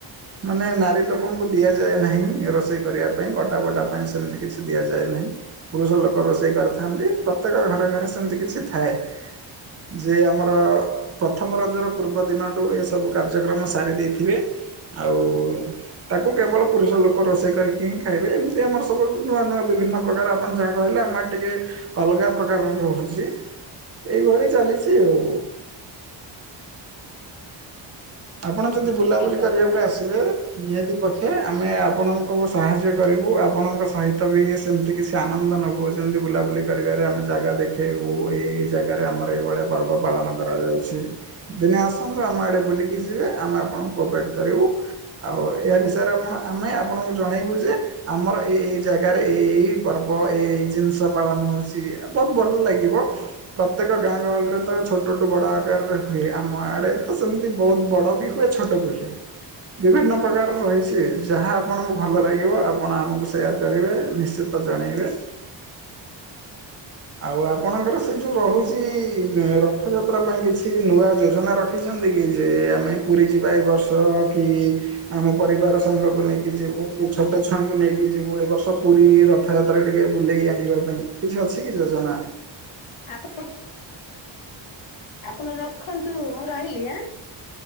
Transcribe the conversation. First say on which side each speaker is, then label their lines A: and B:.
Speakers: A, on the right (about 35°); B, on the left (about 90°).
A: ମାନେ ନା ରି ଲୋକଙ୍କୁ ଦିଆଯାଏ ନାହିଁ ଏ ରୋଷେଇ କରିବା ପାଇଁ କଟା ବଟା ପାଇଁ ସେମିତି କିଛି ଦିଆଯାଏ ନାହିଁ। ପୁରୁଷ ଲୋକ ରୋଷେଇ କରିଥାନ୍ତି ପ୍ରତ୍ୟେକ ଘରେ ଘରେ ସେମିତି କିଛି ଥାଏ। ଯେ ଆମର ପ୍ରଥମ ରଜର ପୂର୍ବ ଦିନଠୁ ଏସବୁ କାର୍ଯ୍ୟକ୍ରମ ସାରି ଦେଇଥିବେ ଆଉ ତାକୁ କେବଳ ପୁରୁଷ ଲୋକ ରୋଷେଇ କରିକି ଖାଇବେ ଏମିତି ଆମର ସବୁ ନୂଆ-ନୂଆ ବିଭିନ୍ନ ପ୍ରକାର ଆପଣ ଯାହା କହିଲେ ଆମର ଟିକେ ଅଲଗା ପ୍ରକାରର ରହୁଛି ଏଇଭଳି ଚାଲିଛି ଆଉ। ଆପଣ ଯଦି ବୁଲାବୁଲି
B: ଆଉ କଣ
A: କରିବାକୁ
B: କହିବେ?
A: ଆସିବେ ନିହାତି ପକ୍ଷେ ଆମେ ଆପଣଙ୍କୁ ସାହାଯ୍ୟ କରିବୁ ଆପଣଙ୍କ ସହିତ ବି ସେମିତି କିଛି ଆନନ୍ଦ ନୋବୁ ଯେମିତି ବୁଲାବୁଲି କରିବାରେ ଆମେ ଜାଗା ଦେଖେଇବୁ ଏଇ ଜାଗାରେ ଆମର ଏଇଭଳିଆ ପର୍ବ ପାଳନ କରାଯାଉଛି ଦିନେ ଆସନ୍ତୁ ଆମ ଆଡ଼େ ବୁଲିକି ଯିବେ ଆମେ ଆପଣଙ୍କୁ କୋପରେଟ୍ କରିବୁ। ଆଉ ଏହା ବିଷୟରେ ଆପଣ ଆମେ ଆପଣଙ୍କୁ ଜଣେଇବୁ ଯେ ଆମର ଏଇ ଏଇ ଜାଗାରେ ଏ ଏଇ ପର୍ବ ଏଇ ଏଇ ଜିନିଷ ପାଳନ ହୋଉଛି ଆ ବୋହୁତ ଭଲ ଲାଗିବ। ପ୍ରତେକ ଗାଁ ଗହଳିରେ ତ ଛୋଟ ଠୁ ବଡ଼ ଆକାରରେ ହୁଏ ଆମ ଆଡ଼େ ତ ସେମିତି ବହୁତ ବଡ଼ ବି ହୁଏ ଛୋଟ ବି ହୁଏ, ବିଭିନ୍ନ ପ୍ରକାରର ରହିଛି ଯାହା ଆପଣଙ୍କୁ ଭଲ ଲାଗିବ ଆପଣ ଆମକୁ ସେୟାର କରିବେ ନିଶ୍ଚିତ ତ ଜଣେଇବେ। ଆଉ ଆପଣଙ୍କର ସ୍ ସେ ଯେଉଁ ରହୁଛି ଦେ ରଥଯାତ୍ରା ପାଇଁ କିଛି ନୂଆ ଯୋଜନା ରଖିଛନ୍ତି କି ଯେ ଆମେ ପୁରୀ ଯିବା ଏ ବର୍ଷ କି ଆମ ପରିବାର ସାଙ୍ଗ କୁ ନେଇକି ଯିବୁ। ଛୋଟ ଛୁଆ ଙ୍କୁ ନେଇକି ଯିବୁ ଏବର୍ଷ ପୁରୀ ରଥ ରଥଯାତ୍ରାରେ ଟିକେ ବୁଲେଇ ଆଣିବା ପାଇଁ କିଛି ଅଛି କି ଯୋଜନା।
B: ଆପଣ? ଆପଣ ରଖନ୍ତୁ ମୁଁ ରହିଲି ଆଁ।